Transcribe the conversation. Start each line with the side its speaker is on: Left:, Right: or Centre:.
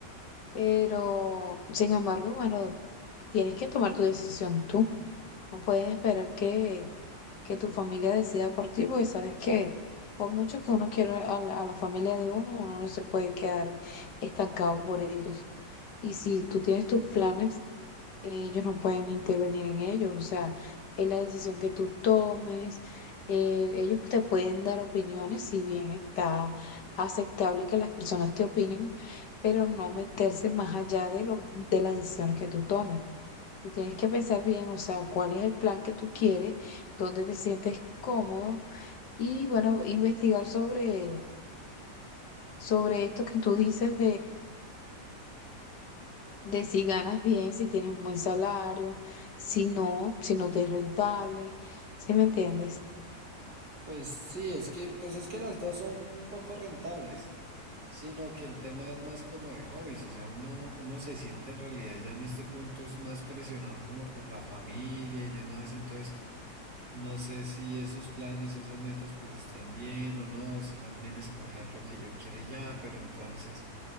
Left: Pero, sin embargo, bueno, tienes que tomar tu decisión tú. No puedes esperar que, que tu familia decida por ti, porque sabes que por mucho que uno quiera a la, a la familia de uno, uno no se puede quedar estancado por ellos. Y si tú tienes tus planes, ellos no pueden intervenir en ellos, o sea, es la decisión que tú tomes, eh, ellos te pueden dar opiniones, si bien está aceptable que las personas te opinen, pero no meterse más allá de lo, de las decisiones que tú tomes. Tú tienes que pensar bien, o sea, cuál es el plan que tú quieres, dónde te sientes cómodo y bueno, investigar sobre, sobre esto que tú dices de si ganas bien, si tienes un buen salario, si no, si no te es rentable, ¿sí me entiendes?
Right: Pues sí, es que, pues es que las dos son poco rentables, sino que el tema es más como de hobbies, o sea, uno, uno se siente en realidad ya en este punto es más presionado como por la familia y demás, entonces no sé si esos planes o esas metas pues estén bien o no, si más bien escoger lo que yo quiera y ya, pero entonces